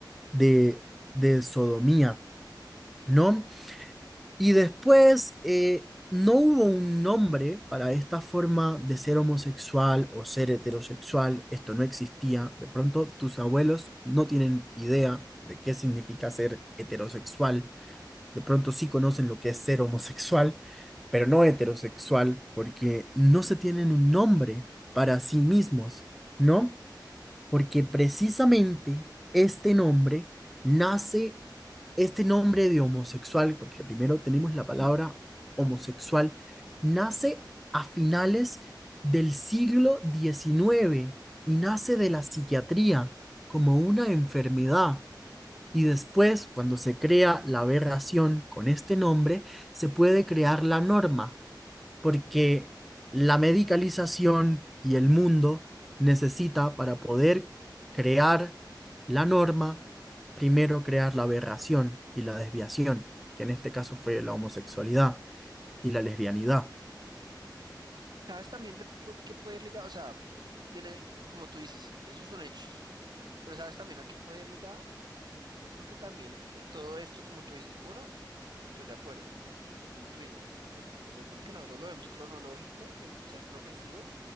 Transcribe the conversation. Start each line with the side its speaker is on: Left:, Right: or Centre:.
Centre: de, de sodomía, ¿no? Y después eh, no hubo un nombre para esta forma de ser homosexual o ser heterosexual, esto no existía. De pronto tus abuelos no tienen idea de qué significa ser heterosexual, de pronto sí conocen lo que es ser homosexual, pero no heterosexual, porque no se tienen un nombre para sí mismos, ¿no? Porque precisamente este nombre nace este nombre de homosexual, porque primero tenemos la palabra homosexual, nace a finales del siglo XIX y nace de la psiquiatría como una enfermedad. Y después, cuando se crea la aberración con este nombre, se puede crear la norma porque la medicalización y el mundo necesita para poder crear la norma, primero crear la aberración y la desviación, que en este caso fue la homosexualidad y la lesbianidad.
Right: ¿Sabes también de pu- qué puede ir ligado? O sea, tiene, como tú dices, esos son hechos, pero ¿sabes también a qué puede ir ligado? Yo creo que también eh, todo esto, como tú dices, uno, estoy de acuerdo. Como tú dices, t- se supone que nosotros lo vemos cronológico, que el ser progresivo,